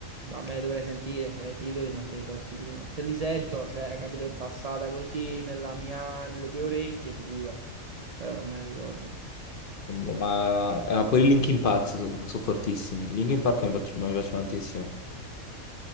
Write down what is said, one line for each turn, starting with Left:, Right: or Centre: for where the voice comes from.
Right: No, me le dovrei sentire, cioè, i titoli non te li so sicuro. Se li sento, cioè, capito, è passata così nella mia, nelle mie orecchie, sicuro. Però non me la ricordo.
Left: mm, ma ah, pure i Linkin Park sono fortissimi. I Linkin Park mi, piac- mi piacciono tantissimo.